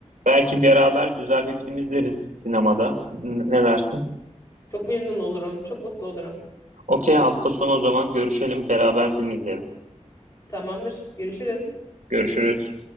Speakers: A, on the right (about 85°); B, on the left (about 25°).
A: Belki beraber güzel bir film izleriz sinemada. Ne dersin?
B: Çok memnun olurum. Çok mutlu olurum.
A: Okey hafta sonu o zaman görüşelim beraber film izleyelim.
B: Tamamdır. Görüşürüz.
A: Görüşürüz.